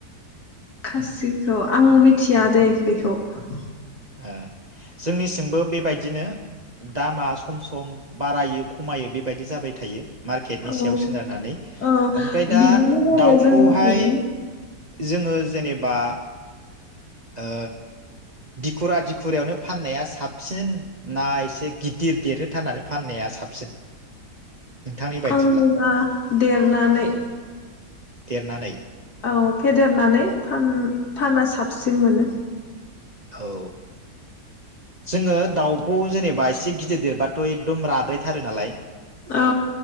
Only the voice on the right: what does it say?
ओ, जोंनिसिंबो बेबायदिनो दामा सम सम बारायो खमायो बेबायदि जाबाय थायो । मार्केटनि
सायाव सोनारनानै
ओमफाय दा
दाउखौहाय
जोङो जेनेबा ओ दिखुरा दि खुरायावनो फाननाया साबसिन ना एसे गिदिर देरहोथारनानै फाननाया साबसिन नोंथांनि बायदिब्ला
देरनानै।
औ। जोङो दाउ खौ जेनेबा एसे गिदिर देरबाथ' एकदम राद्रायथारो नालाय।